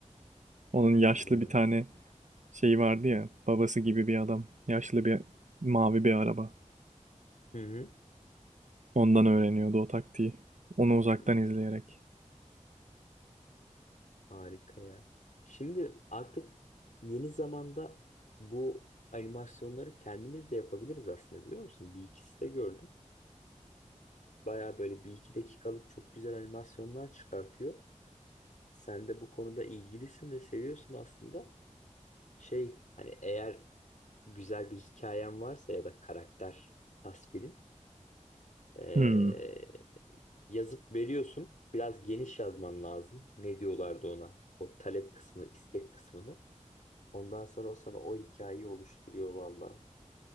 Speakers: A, on the right; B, on the left.
A: Onun
B: Güzel.
A: yaşlı bir tane şeyi vardı ya, babası gibi bir adam. Yaşlı bir mavi bir araba.
B: Hı hı.
A: Ondan öğreniyordu o taktiği. Onu uzaktan
B: Hı,
A: izleyerek.
B: Harika ya. Şimdi artık yeni zamanda bu animasyonları kendimiz de yapabiliriz aslında biliyor musun? Bir ikisi de gördüm. Baya böyle bir iki dakikalık çok güzel animasyonlar çıkartıyor. Sen de bu konuda ilgilisin ve seviyorsun aslında. Şey hani eğer güzel bir hikayen varsa ya da karakter tasvirin ee,
A: Hmm.
B: yazıp veriyorsun. Biraz geniş yazman lazım. Ne diyorlardı ona? O talep kısmı, istek kısmını. Ondan sonra o sana o hikayeyi oluşturuyor valla.